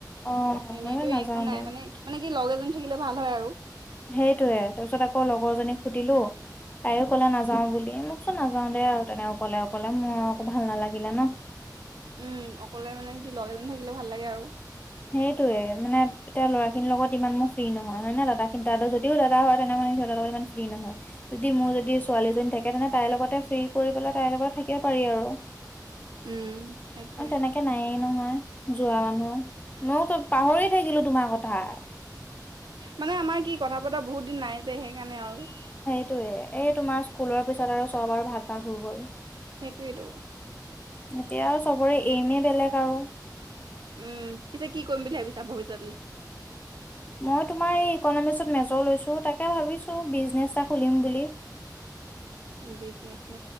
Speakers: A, on the left (about 20°); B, on the right (about 85°).
A: অ
B: এনেতো
A: মানে নাযাও
B: একো নাই
A: দে
B: মানে মানে কি লগ এজন থাকিলে ভাল হয় আৰু
A: সেইটয়ে তাৰপিছত আকৌ লগৰজনীক সুধিলোঁ। তাইও কলে নাযাও বুলি মোকচোন নাযাও দে আৰু তেনেক অকলে অকলে মোৰ আকৌ ভাল নালাগিলে ন।
B: উম অকলে মানে কি লগ এজন থাকিলে ভাল লাগে আৰু।
A: সেইটোয়ে মানে তেওঁ ল'ৰা খিনিৰ লগত ইমান মোৰ ফ্ৰী নহয় হয় নে দাদা খিত যদিও দাদা হয় তেনে ম সিহতৰ লগ ই ফ্ৰী নহয়, যদি মোৰ যদি ছোৱালীজন থাকে তেনে তাইৰ লগতে ফ্ৰী কৰি পেলাই তাইৰ লগত থাকে পাৰি আৰু,
B: উম, সেইটোৱে
A: আৰু তেনেকে নায়েই নহয় যোৱা মানুহ। মইয়ো তো পাহৰি থাকিলো তোমাৰ কথা <unintelligible>
B: মানে আমাৰ কি কথা বতৰা বহুত দিন নাই যে সেইকাৰণে আৰু <unintelligible>
A: সেইটোৱেই এই তোমাৰ স্কুলৰ পিছত আৰু চব আৰু ভাগ-ভাগ হৈ গ'ল।
B: সেইটোৱেইটো
A: এতিয়া আৰু চবৰে এমেই বেলেগ আৰু
B: উম পিছে কি কৰিম বুলি ভাবিছা ভৱিষ্যতলৈ
A: মই তোমাৰ এই ইকনমিকসত মেজৰ লৈছো তাকে ভাবিছো বিজনেচ এটা খুলিম বুলি <unintelligible>
B: বিজনেছ ন